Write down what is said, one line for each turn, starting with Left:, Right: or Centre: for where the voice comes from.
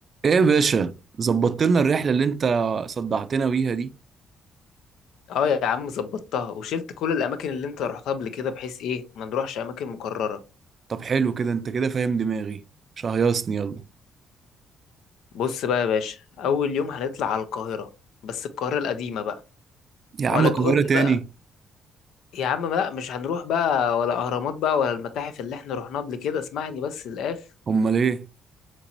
Right: ايه يا باشا ظبطت لنا الرحلة اللي انت صدعتنا بيها دي
Left: اه يا عم ظبطتها وشلت كل الاماكن اللي انت رحتها قبل كده بحيث ايه ما نروحش اماكن مكرره
Right: طب حلو كده انت كده فاهم دماغي شهيصني يلا
Left: بص بقى يا باشا اول يوم هنطلع على القاهره بس القاهره القديمه بقى
Right: يا
Left: ولا
Right: عم القاهرة
Left: تقول لي
Right: تاني
Left: بقى يا عم لا مش هنروح بقى ولا اهرامات بقى ولا المتاحف اللي احنا رحناها قبل كده اسمعني بس الاخر
Right: امال ايه